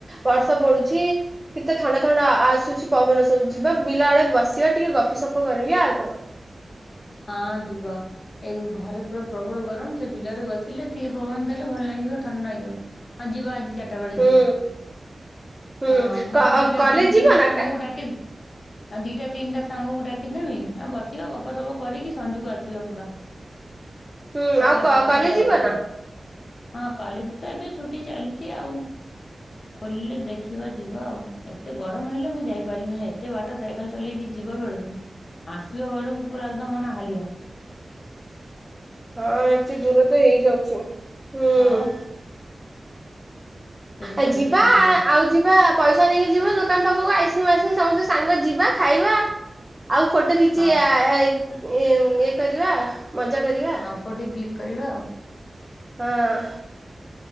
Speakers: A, on the right; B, on the left.
A: ବର୍ଷା ପଡୁଛି। କେତେ ଥଣ୍ଡା ଥଣ୍ଡା ଆ ଆସୁଛି ପବନ ସବୁ ଯିବା ବିଲ ଆଡେ ବସିବା ଟିକେ ଗପି ସପ କରିବି ଆଉ କଣ।
B: ହଁ ଯିବ। ଏଇ ଘରେ ପୁରା ପ୍ରବଳ ଗରମ ସେ ବିଲରେ ଆଡ଼େ ବସିଲେ ଟିକେ ପବନ ଦେଲେ ଭଲ ଲାଗିବ ଥଣ୍ଡା ନାଗିବ। ହଁ ଯିବ ଆଜି ଚାରିଟା ବେଳେ
A: ହୁଁ
B: ଯିବ।
A: ହୁଁ
B: ହଁ ମୁଁ ଆଉ ଦିଟା
A: କଲେଜ
B: ତି
A: ଯିବ
B: ତିନିଟା
A: ନା
B: ସାଙ୍ଗକୁ ଡାକିନି। ଆଉ ଦିଟା ତିନିଟା ସାଙ୍ଗକୁ ଡାକିଦେମୀ ଆଉ ବସିବା ଗପ ସପ। କରିକି ସଞ୍ଜୁ କୁ ଆସିବା ପୁରା
A: ହୁଁ
B: ଛଅଟା
A: ଆଉ
B: ସାତଟାରେ
A: କଲେଜ ଯିବ
B: ଆସିବା।
A: ନା
B: ହଁ କଲେଜ ତ ଏବେ ଛୁଟି ଚାଲିଛି ଆଉ। ଖୋଲିଲେ ଦେଖିବା ଯିବା ଆଉ ଏତେ ଗରମ ହେଲେ ମୁଁ ଯାଇପାରିବିନାଇ ଏତେ ବା ଟ ସାଇକେଲ ଚଲେଇକି ଯିବା ବେଳକୁ ଆସିବା ବେଳକୁ ପୁରା ତ ମ ନ ହାଲିିଆ।
A: ହଁ ଏତେ ଦୂର ତ ହେଇଯାଉଛି। ହୁଁ
B: ଆ। ଦୂର
A: ଆ ଯିବା
B: କିଏ ଯିବ
A: ଆଉ। ଯିବା ପଇସା ନେଇକି ଯିବ ଦୋକାନ ପାଖକୁ ଆଇସ୍କ୍ରିମ ଆଇସ୍କ୍ରିମ ସମସ୍ତେ ସାଙ୍ଗ ଯିବା ଖାଇବା ଆ। ଆଉ ଫଟୋ କିଛି
B: ହଁ
A: ଆ ଏ ଇ ଇଏ କରିବା ମଜା କରିବା।
B: କୋଉଠି କ୍ଲିକ୍ କରିବା ଆଉ।
A: ହଁ।